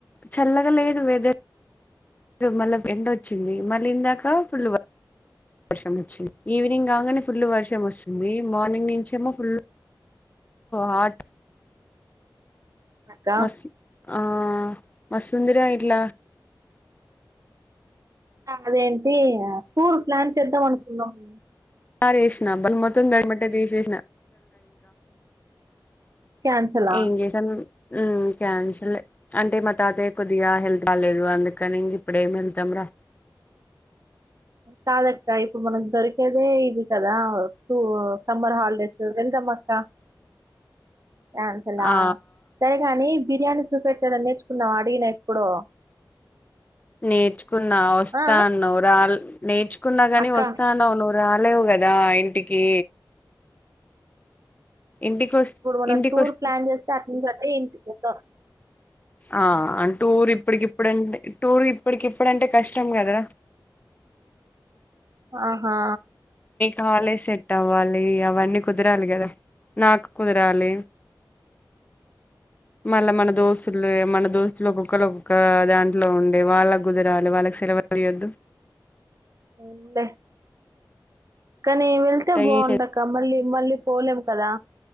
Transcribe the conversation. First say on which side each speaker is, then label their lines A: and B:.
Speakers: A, on the left; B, on the right.
A: చల్లగాలేదు వెదర్ మళ్ళ ఎండోచ్చింది మళ్ళీ ఇందాక ఫుల్లు వర్షం వచ్చింది ఈవినింగ్ కాగానే ఫుల్ వర్షం వస్తుంది మార్నింగ్ నుంచేమో ఫుల్ హాట్
B: అక్క
A: మస్తు ఆ మస్తుందిరా ఇట్లా
B: అదేంటి టూర్ ప్లాన్ చేద్దాం అనుకున్నాము
A: ఆరేసిన <inaudible> తీశేష్ణా <inaudible>
B: క్యాన్సలా
A: ఏం చేసా క్యాన్సలే అంటే మా తాతయ్యకి కొద్దిగా హెల్త్ బాలేదు అందుకని ఇంక ఇప్పుడేమి వెళతం రా
B: కాదక్క ఇప్పుడు మనకు దొరికేదే ఇది కదా టూ సమ్మర్ హాలిడేస్ వెల్దమక్క కాన్సలా
A: ఆ
B: సరే కానీ బిర్యానీ చూపించా నేర్చుకున్నవా అడిగినా ఎప్పుడో
A: నేర్చుకున్నా వస్తా
B: ఆ
A: అన్నావ్ రాలే నేర్చు కున్నగాని
B: అక్క
A: వస్తాన్నవు నువ్వు వెళ్ళావు కదా ఇంటికి! ఇంటికి వస్
B: ఇప్పుడు మనం
A: ఇంటికి
B: టూర్
A: వస్తే
B: ప్లాన్ చేస్తే అట్నుంచి అటే ఇంటికి క
A: ఆ అంటూర్ ఇప్పడికిప్పుడంటే టూర్ ఇప్పటికిప్పుడంటే కష్టం కదరా!
B: ఆ హా
A: కాలేజ్ సెట్ అవ్వాలి అవన్నీ కుదరాలి కదా, నాకు కుదరాలి. మళ్ళ మన దోస్తులే మన దోస్తులు ఒక్కొక్కరు ఒక్కొక్కా దాంట్లో ఉండే, వాళ్ళకు కుదిరాలి వాళ్ళకి సెలవులియ్యొద్దు.
B: అవునా కానీ వెళ్తే
A: అయి
B: బాగుండక మళ్ళీ మళ్ళీ పోలేం కదా!